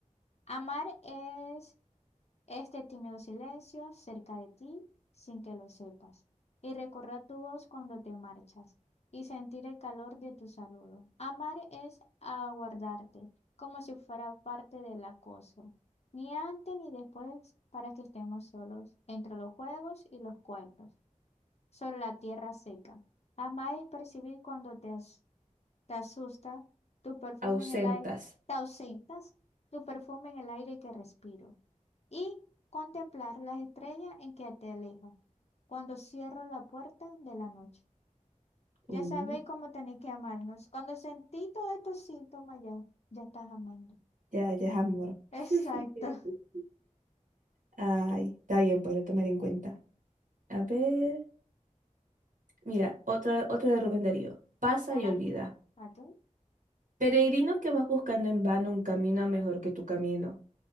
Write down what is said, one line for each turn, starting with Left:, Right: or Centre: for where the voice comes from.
Left: Amar es Este tímido silencio cerca de ti sin que lo sepas. Y recorrer tu voz cuando te marchas y sentir el calor de tu saludo. Amar es aguardarte como si fuera parte del acoso. Ni antes ni después para que estemos solos entre los juegos y los cuentos. Sobre la tierra seca. Amar es percibir cuando te, as- te asusta tu perfume
Right: Ausentas.
Left: en el aire. Te ausentas tu perfume en el aire que respiro y contemplar las estrellas en que te alejas, cuando cierro la puerta de la noche. Ya
Right: Uh,
Left: sabéis cómo tenéis que amarnos. Cuando sentí todos estos síntomas, ya, ya estás amando.
Right: ya, ya es amor.
Left: Exacto.
Right: <laughs> Sí,
Left: <laughs>
Right: sí. Ay, está bien, pues lo tomar en cuenta. A ver. Mira, otra, otra de Rubén Darío. Pasa
Left: Ajá.
Right: y olvida.
Left: ¿A tú?
Right: Peregrino que vas buscando en vano un camino mejor que tu camino.